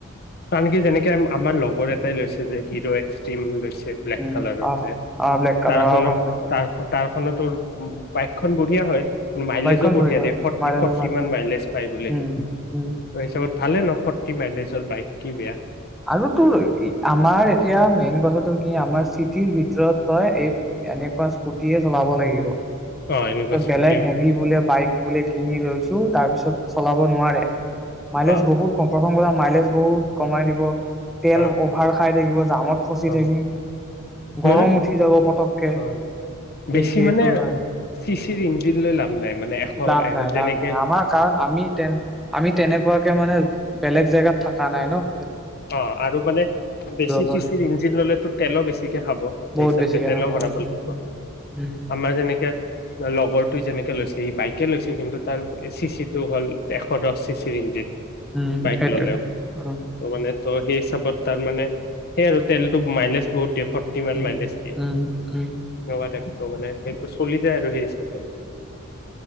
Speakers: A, on the left; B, in the centre.
A: আনকি যেনেকে আমাৰ লগৰ এটাই লৈছে যে হিৰো এক্সটিম লৈছে। বিলেক
B: উম,
A: কালাৰ
B: অ',
A: যে
B: অ', ব্লেক কালাৰ
A: তাৰ খনত
B: অ', গম পাইছোঁ।
A: তাৰ খন এইখনো তোৰ বাইকখন বঢ়িয়া হয়। কিন্ত মাইলেজো
B: বাইকখন
A: বঢ়িয়া দিয়ে ফৰ্টি
B: মাইলেজো
A: ফৰ্টি
B: ভাল দিয়ে।
A: মান মাইলেজ পায় বুলিহে।
B: উম, উম।
A: হিচাপত ভালে ফৰটি মাইনেচৰ বাইক কি বেয়া
B: আৰু তোৰ আমাৰ এতিয়া মেইন কথাটো কি কি আমাৰ চিটিৰ ভিতৰত তই এই এনেকুৱা স্কুটি চলাব লাগিব
A: অ এনেকুৱা স্কুটিয়ে
B: বেলেগ হেভি
A: ভাল
B: বোলে বাইক বোলে কিনি ৰৈছো তাৰপিছত চলাব নোৱাৰে মাইলেজ
A: অ
B: বহুত কম প্ৰথ মাইলেজ বহুত কমাই দিব তেল
A: অ
B: অভাৰ খাই থাকিব জামত ফচি
A: অ
B: থাকিম, গৰম
A: মানে
B: উঠি যাব পতক তে,
A: অ বেছি
B: সেইটো
A: মানে
B: কাৰনে
A: চি চিৰ ইঞ্জিন লৈ লাভ নাই মানে এশ
B: লাভ
A: এ
B: নাই
A: যেনেকে
B: লাভ নাই আমাৰ কাৰণ আমি তে আমি তেনেকুৱাকে মানে বেলেগ জেগাত থাকো থকা নাই নহ
A: অহ আৰু মানে বেছি চি
B: পাৰো।
A: চিৰ ইঞ্জিন ললেতো তেলো বেছিকে খাব সেই
B: বহুত
A: হিচাপে
B: বেছিকে
A: তেলো
B: খাব
A: ভৰাব
B: উম,
A: লাগিব।
B: উম। উম,
A: আমাৰ যেনেকে লগৰ টোৱে, যেনেকে লৈছে সি বাইকে লৈছে কিন্তু তাৰ চি চি টো হ'ল এশ দহ চি চিৰ ইঞ্জিন।
B: উম
A: বাইক
B: সেইটোৱে
A: ললেও
B: অহ
A: ত মানে ত সেই হিচাপত তাৰ মানে সেই আৰু তেলটো মাইমাছ বহুত দ ফৰটিওৱান
B: উম,
A: মাইনাছ দি
B: উম, উম,
A: ন দে ত' মানে সেইটো চলি যায় আৰু সেই হিচাপে